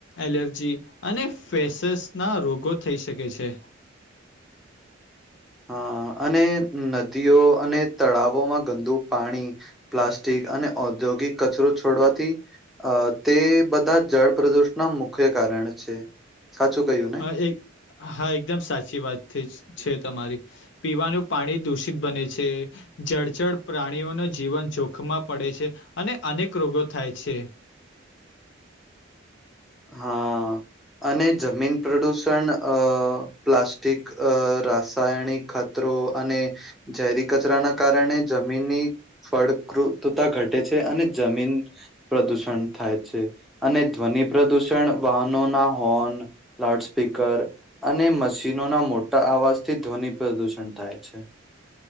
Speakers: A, on the left; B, in the centre.
A: એલર્જી અને ફેસસ ના રોગો થઈ શકે છે.
B: હા અને નદીઓ અને તળાવોમાં ગંદુ પાણી- પ્લાસ્ટિક અને ઔદ્યોગિક કચરો છોડવાથી- અ તે બધા જળ પ્રદૂષણના મુખ્ય કારણ છે. સાચું કહ્યું ને
A: હ એક હા એકદમ સાચી વાત છે તમારી- પીવાનું પાણી દૂષિત બને છે. જળચળ પ્રાણીઓ ન જીવન જોખમાં પડે છે અને અનેક રોગો થાય છે.
B: હા અને જમીન પ્રદૂષણ અ પ્લાસ્ટિક અ રાસાયણિક ખા કચરો અને ઝેરી કચરાના કારણે જમીનની- ફળદ્રુપતા ઘટે છે અને જમીન- પ્રદૂષણ થાય છે અને ધ્વનિ પ્રદૂષણ વાહનો ના હોર્ન લાઉડ સ્પીકર અને મશીનો ના મોટા અવાજથી ધ્વનિ પ્રદૂષણ થાય છે.